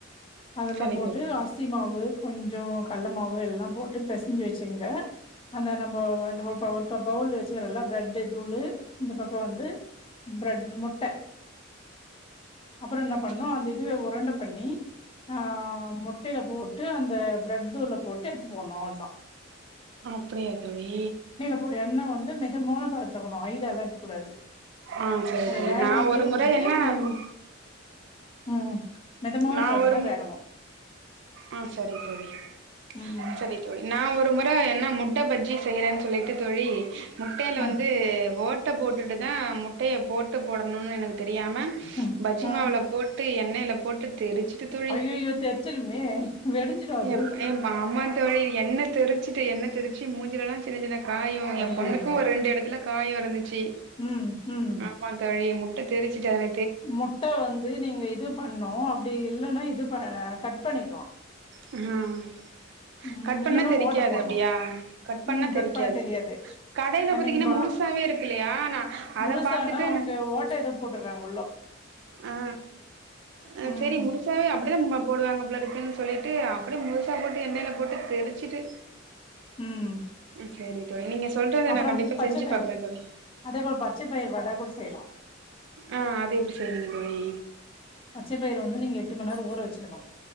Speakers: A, on the left; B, on the right.
A: அதெல்லா
B: சரி
A: போட்டு
B: தோழி
A: அரி சி மாவு கொஞ்சோ கள்ள மாவு எல்லா போட்டு பெசஞ்சி வச்சுகங்க அந்த நம்ம இந்த ப க பவுல்ல வச்சுகறோல பிரெட் தூளு இந்த பக்க வந்து பிரெட் முட்ட அப்றோ என்ன பண்ணு
B: ச
A: அந்த இதுவே ஒரண்ட பண்ணி ஆ முட்டைல போட்டு அந்த பிரெட் தூள போட்டு எடுத்து போணு அவ்ளதா
B: அப்டியா தோழி
A: போ எண்ணெ வந்து மிதமான பதத்துல இருக்குணு ஹய்லலா வெக்கூடாது
B: ஆ சரி
A: அது
B: தோழி
A: வேகந்தே
B: நா ஒரு முறை
A: வந்து
B: என்ன
A: நி
B: ம்
A: ம் மிதமான
B: நா
A: பதத்துல
B: ஒரு
A: தா வேகணு
B: அ சரி தோழி
A: ம்
B: சரி தோழி நா ஒரு முற என்னா முட்ட பஜ்ஜி செய்றேன் சொல்லிட்டு தோழி முட்டைல
A: ம்
B: வந்து ஓட்ட போட்டுட்டு தா முட்டைய போட்டு போடணுனு எனக்கு தெரியாம
A: ம்
B: பஜ்ஜி
A: ம்
B: மாவுல போட்டு எண்ணெய்ல போட்டு தெரிச்சிட்டு தோழி
A: ஐயையோ தெரிச்சிருமே வெடிஞ்சிடு அது
B: எ ஆமா தோழி எண்ணெ தெரிச்சி ட்டு எண்ணெ தெருச்சி மூஞ்சிலலா சின்ன சின்ன காயோ ஏ
A: ஐயையோ
B: பொண்ணுக்கு ஒரு ரெண்டு எடத்துல காய இருந்துச்சி
A: ம் ம்
B: மா தோழி முட்ட தெரிச்சிட்டு அதன
A: முட்ட வந்து நீங்க இது பண்ணு அப்டி இல்லன்னா இது ப கட் பண்ணிக்கலா
B: ம்
A: ம்
B: கட் பண்ணா
A: இல்லன்னா
B: தெரிக்காது
A: ஓட்ட போட்ணு
B: அப்டியா கட் பண்ணா
A: ம்
B: தெரிக்காது
A: பண்ண தெரியாது
B: கடையில
A: கண்ணிங்பா
B: பாத்தீங்கன்னா முழுசாவே இருக்குலையா நா அத
A: முழுசானா
B: பாத்துட்டு
A: அவங்க ஓட்ட ஏதோ போட்டுறாங்க உள்ளோ
B: ஆ ஆ
A: ம்
B: சரி முருசாவே அப்டிதா ப போடுவாங்க போல இருக்குன் சொல்லிட்டு அப்டி முழுசா போட்டு எண்ணெய்ல போட்டு தெரிச்சுட்டு
A: ம்
B: சேரி தோழி நீங்க சொல்றத
A: அப்புறம்
B: ந கண்டிப்பா
A: பச்ச
B: செஞ்சு
A: பயிர்
B: பாக்குற தொழி
A: அதே போல பச்ச பயிரு வட கூட செய்யலா
B: ஆ அது எப்டி செய்வீங்க தோழி
A: பச்ச பயிரு வந்து நீங்க எட்டு மண்நேர ஊற வச்சுக்கணு